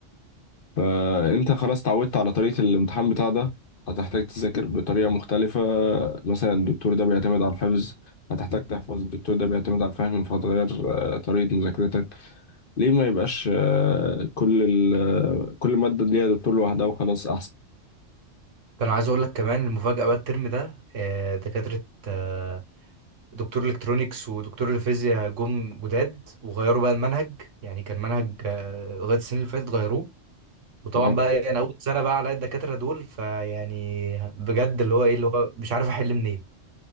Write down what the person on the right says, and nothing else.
كان عايز أقول لك كمان المفاجأة بقى الترم ده آه، دكاترة آه، دكتور الكترونيكس ودكتور الفيزياء جم جداد وغيروا بقى المنهج يعني كان منهج آه، لغاية السنين اللي فاتت غيروه وطبعا
بقى إيه، انا اول سنه بقى على الدكاتره دول فيعني بجد اللي هو ايه اللي هو مش عارف احل منين